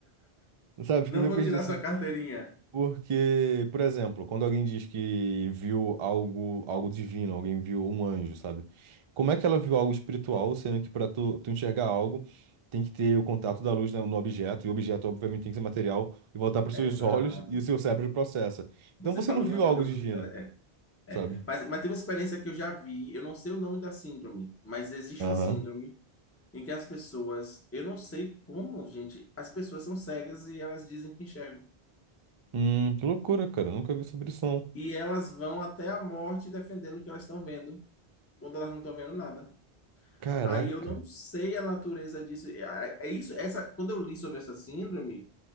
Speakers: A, on the right; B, on the left.
A: Sabe, fico
B: Não
A: meio
B: vou
A: perdido
B: tirar
A: assim.
B: sua carteirinha.
A: Porque, por exemplo, quando alguém diz que viu algo, algo divino, alguém viu um anjo, sabe? Como é que ela viu algo espiritual, sendo que para tu, tu enxergar algo, tem que ter o contato da luz no no objeto, e o objeto, obviamente, tem que ser material e voltar para os
B: Exato.
A: seus <laughs> olhos e o seu cérebro processa.
B: Você
A: Então você
B: falou
A: não viu
B: de uma
A: algo
B: coisa muito
A: divino,
B: interessante. É,
A: sabe?
B: é. Mas, mas tem uma experiência que eu já vi, eu não sei o nome da síndrome, mas existe
A: Aham.
B: uma síndrome em que as pessoas, eu não sei como, gente, as pessoas são cegas e elas dizem que enxergam.
A: Hum, que loucura, cara. Nunca vi sobre isso, não.
B: E elas vão até a morte defendendo o que elas estão vendo, quando elas não estão vendo nada.
A: Caraca.
B: Aí eu não sei a natureza disso. É é isso, essa, quando eu li sobre essa síndrome,